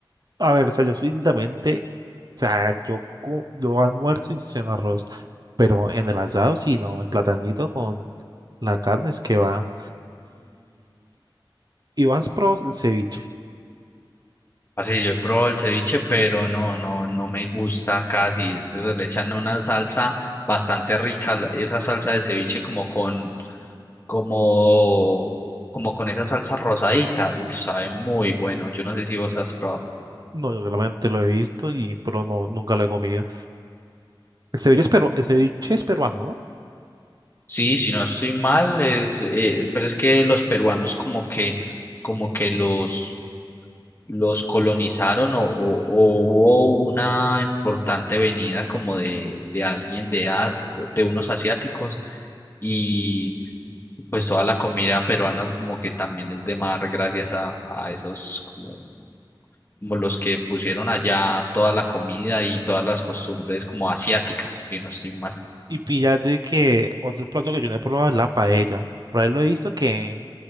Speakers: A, on the right; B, on the left.
A: A ver, o sea, yo soy literalmente, o sea, yo, co- yo almuerzo y ceno arroz, pero en el asado sí, no, el platanito con la carne es que va. ¿Y vas probado el ceviche?
B: Así yo he probado el ceviche, pero no, no, no me gusta casi. Eso le echan una salsa bastante rica, la- esa salsa de ceviche como con, como, como con esa salsa rosadita. Uf, sabe muy bueno. Yo no sé si vos has probado.
A: No, yo realmente lo he visto y pero no nunca lo he comido. El ceviche es peru- el ceviche es peruano, ¿no?
B: Sí, si no estoy mal, es, eh, pero es que los peruanos como que, como que los los colonizaron o, o- o hubo una importante venida como de, de alguien de, a- de unos asiáticos y pues toda la comida peruana como que también es de mar gracias a, a esos como, como los que pusieron allá toda la comida y todas las costumbres como asiáticas, si no estoy mal.
A: Y píllate que otro plato que yo no he probado es la paella. Por ahí lo he visto que,